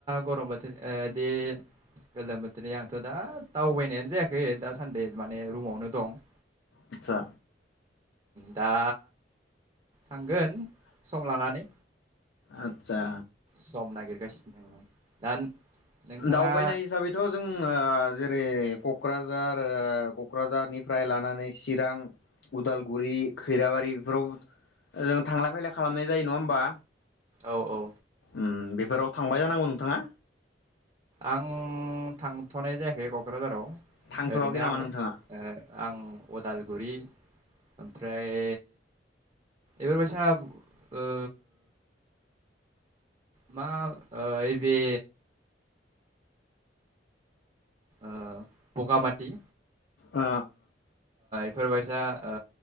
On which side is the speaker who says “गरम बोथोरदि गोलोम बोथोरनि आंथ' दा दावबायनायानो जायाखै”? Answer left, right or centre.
Right